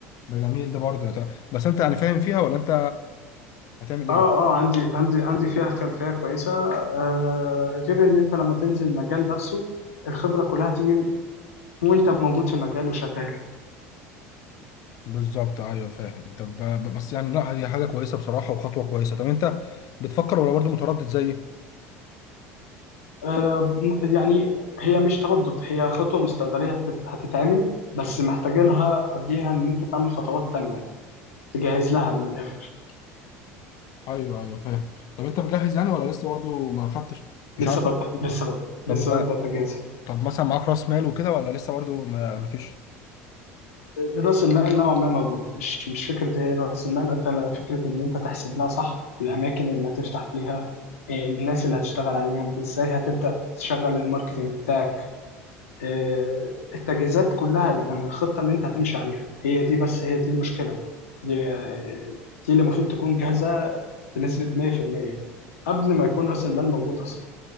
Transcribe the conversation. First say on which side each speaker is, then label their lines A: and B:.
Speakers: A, on the left; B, on the left.
A: ده جميل ده برضه يا بس انت يعني فاهم فيها ولا انت هتعمل
B: اه
A: ايه
B: اه عندي عندي عندي فيها خلفيه كويسه آه غير ان انت لما تنزل المجال نفسه الخبره كلها تيجي وانت موجود في المجال وشغال
A: بالظبط ايوه فاهم طب ب- بس يعني لا هي حاجه كويسه بصراحه وخطوه كويسه طب انت بتفكر ولا برضه متردد زيي
B: آه م- يعني هي مش تردد هي خطوه مستقبليه هتت- هتتعمل بس محتاج لها قبليها ان انت تعمل خطوات تانية تجهز لها من الاخر
A: ايوه ايوه فاهم طب انت مجهز يعني ولا لسه برضه ما خدتش مش
B: لسه
A: عارف
B: ببدأ لسه ببدأ
A: طب
B: لسه ببدأ تجهيزها
A: طب مثلا معاك راس مال وكده ولا لسه برضه ما ما فيش
B: رأس المال نوعا ما موجود مش مش فكرة هي رأس المال قد ما فكرة إن أنت تحسب لها صح الأماكن اللي هتفتح فيها إيه، الناس اللي هتشتغل عليهم إزاي هتبدأ تشغل الماركتينج بتاعك إيه، التجهيزات كلها يعني الخطة اللي أنت هتمشي عليها هي دي بس هي دي المشكلة دي دي اللي المفروض تكون جاهزة بنسبة 100% قبل ما يكون رأس المال موجود أصلا